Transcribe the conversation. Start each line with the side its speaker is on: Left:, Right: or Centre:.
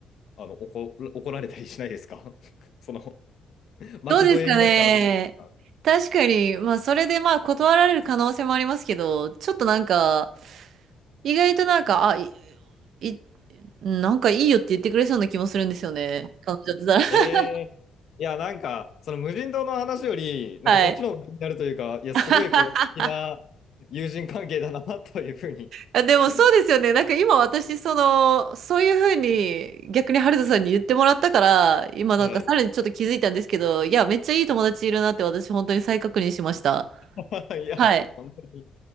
Left: あの、怒、怒られたりしないですか <laughs> その、巻き添えになっちゃうわけじゃないですか。
Right: どうですかね。確かに、まあ、それでまあ、断られる可能性もありますけど、ちょっとなんか、意外となんか、あ、い、い、なんかいいよって言ってくれそうな気もするんですよね。彼女だったら。
Left: えー、いや、なんか、その無人島の話より、なんかそっちの方が気になるというか、
Right: <laughs> はい。
Left: いや、
Right: <laughs>
Left: すごいこう、素敵な友人関係だな、というふうに。
Right: あ、でもそうですよね。
Left: <laughs>
Right: なんか今私、その、そういうふうに逆に春田さんに言ってもらったから、今なんかさらにちょっと気づいたんですけど、
Left: はい。
Right: いや、めっちゃいい友達いるなって私本当に再確認しました。
Left: <laughs> いや、
Right: はい。
Left: 本当に